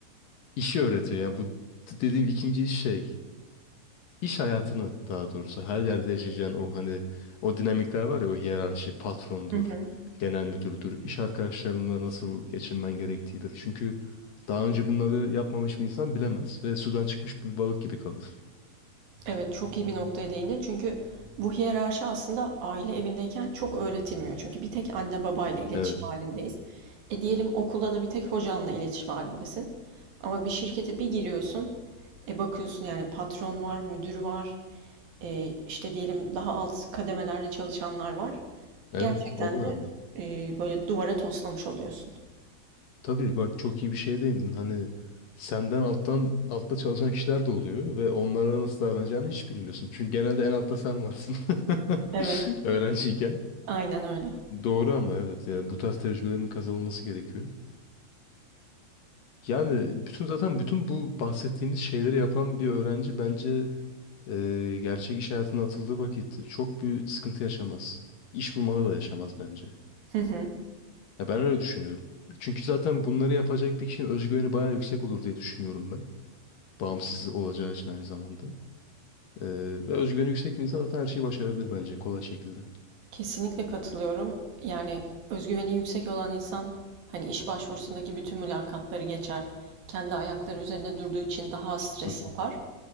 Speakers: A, on the left (about 60°); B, on the right (about 60°).
A: işi öğretiyor. Yani bu d- dediğim ikinci iş şey. iş hayatını daha doğrusu her yerde yaşayacağın o hani o dinamikler var ya o hiyerarşi patrondur,
B: Hı hı.
A: genel müdürdür, iş arkadaşlarınla nasıl geçinmen gerektiğidir. Çünkü daha önce bunları yapmamış bir insan bilemez ve sudan çıkmış bir balık gibi kalır.
B: Evet, çok iyi bir noktaya değindin. Çünkü bu hiyerarşi aslında aile evindeyken çok öğretilmiyor. Çünkü bir tek anne babayla iletişim
A: Evet,
B: halindeyiz. E diyelim okulda da bir tek hocanla iletişim halindesin. Ama bir şirkete bir giriyorsun, e bakıyorsun yani patron var, müdür var, e işte diyelim daha alt kademelerde çalışanlar var.
A: evet
B: Gerçekten
A: o da
B: de
A: önemli.
B: e, böyle duvara toslamış oluyorsun.
A: Tabii bak çok iyi bir şeye değindin. Hani senden alttan altta çalışan kişiler de oluyor ve onlara nasıl davranacağını hiç bilmiyorsun. Çünkü genelde en altta sen varsın. <laughs>
B: Evet,
A: Öğrenciyken.
B: aynen öyle.
A: Doğru ama evet yani bu tarz tecrübelerin kazanılması gerekiyor. Yani bütün zaten bütün bu bahsettiğimiz şeyleri yapan bir öğrenci bence e, gerçek iş hayatına atıldığı vakit çok büyük sıkıntı yaşamaz. İş bulmada da yaşamaz bence.
B: <laughs>
A: Ya ben öyle düşünüyorum. Çünkü zaten bunları yapacak bir kişinin özgüveni bayağı yüksek olur diye düşünüyorum ben. Bağımsız olacağı için aynı zamanda. Ee, ve özgüveni yüksek bir insan zaten her şeyi başarabilir bence kolay şekilde.
B: Kesinlikle katılıyorum. Yani özgüveni yüksek olan insan hani iş başvurusundaki bütün mülakatları geçer. Kendi ayakları üzerinde durduğu için daha az stres
A: Hı hı.
B: yapar.